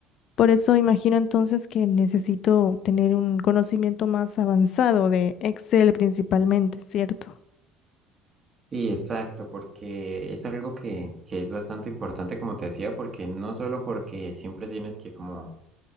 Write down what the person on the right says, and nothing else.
Sí, exacto, porque es algo que, que es bastante importante, como te decía, porque no solo porque siempre tienes que como